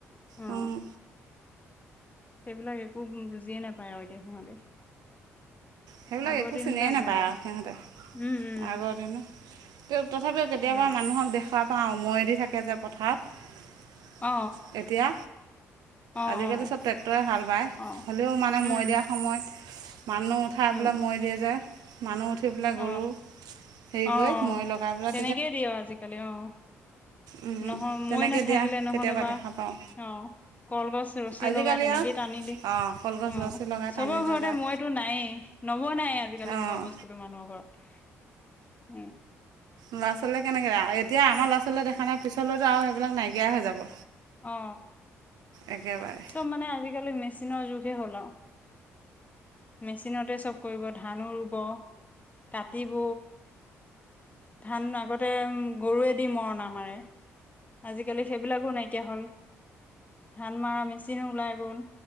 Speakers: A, on the left; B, on the right.
A: অ
B: উম।
A: সেইবিলাক একো বুজিয়ে নাপায় আৰু এতিয়া সিহঁতে।
B: সেইবিলাক
A: আগৰ
B: একো
A: দিন
B: চিনিয়ে
A: বিলাক
B: নাপায়
A: গ'ল
B: আৰু সিহঁতে।
A: উম উম
B: আগৰ দিনত, তথাপিও কেতিয়াবা,
A: অ
B: মানুহক দেখা পাওঁ। মৈ দি থাকে যে, পথাৰত।
A: অ
B: এতিয়া,
A: অ
B: আজিকালি,
A: অ
B: চব ট্ৰেক্টৰে হাল বায়।
A: অ
B: হ'লেও মানে,
A: উম
B: মৈ দিয়া সময়ত মানুহ উঠাই
A: অ
B: পেলাই, মৈ দিয়ে যে, মানুহ উঠি পেলাই
A: অ
B: গৰু। হেৰি
A: অ'
B: কৰি
A: অ'!
B: মৈ লগাই পেলাই
A: তেনেকেই দিয়ে, আজিকালি। অ'!
B: উম,
A: নহয়
B: তেনেকে
A: মৈ নাথাকিলে
B: দিয়া,
A: নহ'লে
B: কেতিয়াবা
A: বা
B: দেখা পাওঁ।
A: অ'! কলগছ ৰছী
B: আজিকালি
A: লগাই, তেনেকেই
B: আৰু
A: টানি দিয়ে।
B: অঁ কলগছ
A: অ'!
B: ৰছী লগাই
A: চবৰে
B: টানি লৈ
A: ঘৰতে
B: যায়
A: মৈ টো নাই। নবনাই আজিকালি,
B: অঁ
A: মৈ বস্তু টো মানুহৰ ঘৰত। উম!
B: ল'ৰা ছোৱালীয়ে কেনেকৈ এতিয়া আমাৰ ল'ৰা- ছোৱালীয়ে দেখা নাই, পিছলৈতো আৰু সেইবিলাক নাইকিয়াই হৈ যাব।
A: অ।
B: একেবাৰে
A: চব মানে আজিকালি মেচিনৰ যুগে হ'ল আৰু, মেচিনতে চব। কৰিব ধানো ৰুব। কাটিব, ধান আগতে উম গৰুৱেদি মৰণা মাৰে, আজিকালি সেইবিলাকো নাইকিয়া হ'ল। ধান মৰা মেচিনো ওলাই গল,